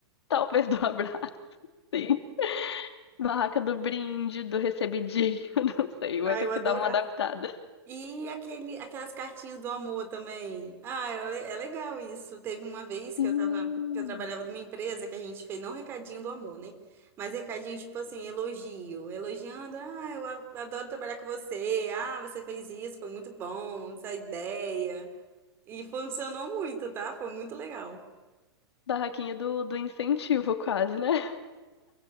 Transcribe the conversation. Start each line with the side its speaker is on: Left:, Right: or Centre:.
Left: talvez do abraço, sim. Barraca do brinde, do recebidinho, <laughs> não sei, vai
Right: Ah,
Left: ter
Right: eu
Left: que
Right: adorava.
Left: dar uma adaptada.
Right: E aquele, aquelas cartinhas do amor também. Ah, é, le- é legal isso. Teve uma vez
Left: Sim.
Right: que eu tava, que eu trabalhava numa empresa que a gente fez não recadinho do amor, né? Mas recadinho tipo assim, elogio, elogiando, ah, eu a- adoro trabalhar com você. Ah, você fez isso, foi muito bom, essa ideia. E funcionou muito, tá? Foi muito legal.
Left: Barraquinha do, do incentivo, quase, né?